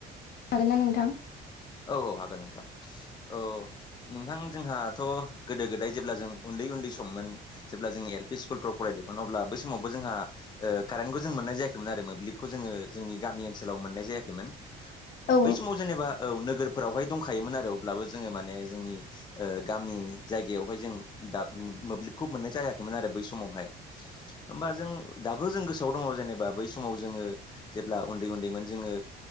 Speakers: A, on the left; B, on the left.
A: हागोन ना नोंथां?
B: औ औ हागोन नोंथां। औ नोंथां जोंहाथ' गोदो गोदाय जेब्ला जों उन्दै उन्दै सममोन। जेब्ला जोंङो एल पि स्कुलफ्राव फरायदोंमोन अब्ला बै समावबो जोंहा कारेन्टखौ जों मोननाय जायाखैमोन आरो मोब्लिबखौ जोङो जोंनि गामि ओनसोलाव मोननाय जायाखैमोन। बै
A: औ
B: समाव जेनेबा औ नोगोरफोरावहाय दंखायोमोन आरो अब्लाबो जोङो माने जोंनि गामि जायगायावहाय जों दा मोब्लिबखौ मोननाय जायाखैमोन आरो बै समावहाय। होबा जों दाबो जों गोसोआव दंङ जेनेबा बै समाव जोंङो जेब्ला उन्दै उन्दैमोन जोङो